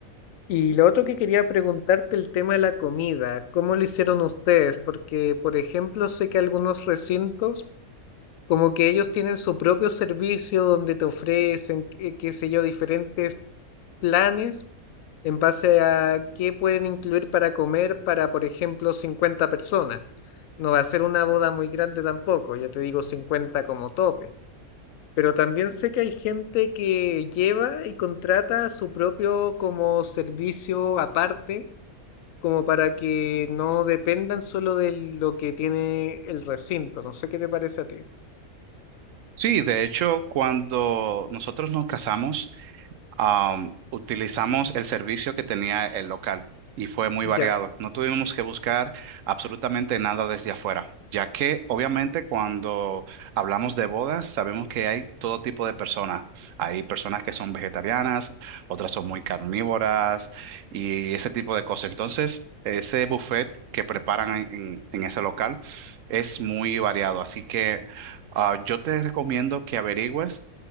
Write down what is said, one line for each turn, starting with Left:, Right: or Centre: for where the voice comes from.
Left: Y lo otro que quería preguntarte, el tema de la comida, ¿cómo lo hicieron ustedes? Porque, por ejemplo, sé que algunos recintos como que ellos tienen su propio servicio donde te ofrecen, qué, qué sé yo, diferentes planes en base a qué pueden incluir para comer para, por ejemplo, 50 personas. No va a ser una boda muy grande tampoco, ya te digo 50 como tope. Pero también sé que hay gente que lleva y contrata su propio como servicio aparte, como para que no dependan solo de lo que tiene el recinto. No sé qué te parece a ti.
Right: Sí, de hecho, cuando nosotros nos casamos, Am, utilizamos el servicio que tenía el local y fue muy
Left: Ya.
Right: variado. No tuvimos que buscar absolutamente nada desde afuera, ya que obviamente cuando hablamos de bodas sabemos que hay todo tipo de personas. Hay personas que son vegetarianas, otras son muy carnívoras y ese tipo de cosas. Entonces, ese buffet que preparan en, en- en ese local es muy variado. Así que ah, yo te recomiendo que averigües